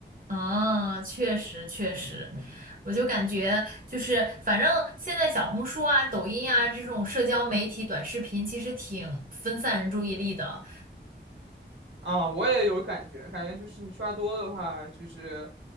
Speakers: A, on the right (about 50°); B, on the right (about 85°).
A: 啊，确实确实，我就感觉就是，反正现在小红书啊、抖音啊这种社交媒体短视频，其实挺分散人注意力的。
B: 啊。我也有感觉，感觉就是你刷多的话，就是